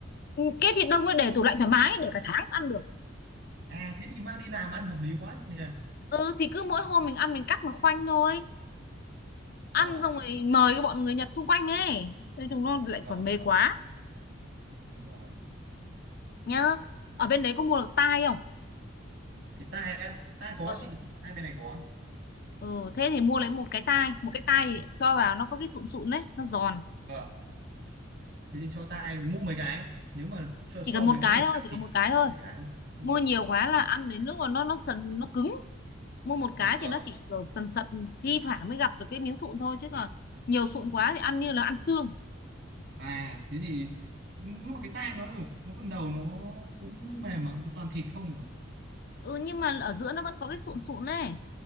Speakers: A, on the left (about 50°); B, on the right (about 60°).
A: Ừ, cái thịt đông ấy để tủ lạnh thoải mái để cả tháng ăn được
B: À thế thì mang đi làm ăn hợp lý quá nhỉ.
A: ừ thì cứ mỗi hôm mình ăn mình cắt một khoanh thôi ăn
B: Vâng,
A: xong rồi mời cái bọn người Nhật xung quanh ấy nói chúng nó lại
B: vâng,
A: còn mê quá
B: ừ, đúng rồi.
A: nhá ở bên đấy có mua được tai không
B: Cái tai á, tai có
A: ừ.
B: chị, hai bên này có.
A: ừ thế thì mua lấy một cái tai một cái tai thì cho vào nó có cái sụn sụn đấy nó giòn
B: Vâng, thế thì cho tai mua mấy cái nếu mà cho so
A: chỉ cần một
B: với
A: cái
B: cái bể
A: thôi
B: tạm
A: chỉ cần
B: thì
A: một cái thôi
B: một cái không? Ừ.
A: mua nhiều quá là ăn đến lúc mà nó nó sần nó cứng mua một cái
B: Vâng.
A: thì nó chỉ kiểu sần sật thi thoảng mới gặp được cái miếng sụn thôi chứ còn nhiều sụn quá thì ăn như là ăn xương
B: À thế thì nhưng mà cái tai nó là có phần đầu nó cũng mềm mà, nó toàn thịt không à.
A: ừ nhưng mà ở giữa nó vẫn có cái sụn sụn này